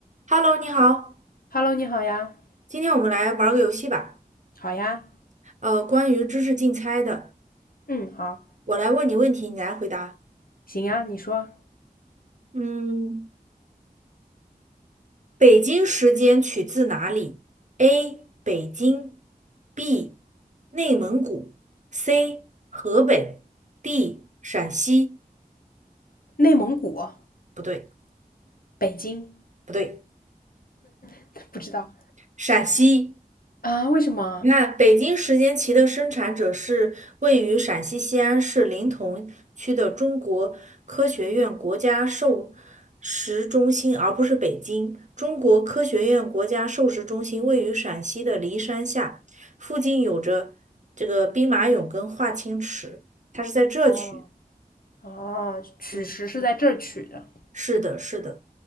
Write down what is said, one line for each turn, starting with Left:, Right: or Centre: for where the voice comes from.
Right: Hello，你好，
Left: Hello，你好呀，
Right: 今天我们来玩儿个游戏吧。
Left: 好呀，
Right: 呃，关于知识竞猜的，
Left: 嗯，好，
Right: 我来问你问题，你来回答。
Left: 行呀，你说，
Right: 嗯，北京时间取自哪里？A. 北京，B. 内蒙古，C. 河北，D. 陕西。
Left: 内蒙古，
Right: 不对，
Left: 北京，
Right: 不对，
Left: <laughs> 不知道
Right: 陕西。
Left: 啊？为什么？
Right: 你看，北京时间棋的生产者是位于陕西西安市临潼区的中国科学院国家授食中心，而不是北京。中国科学院国家授食中心位于陕西的骊山下，附近有着这个兵马俑跟华清池，它是在这区。
Left: 哦哦，取食是在这儿取的。
Right: 嗯，是的，是的。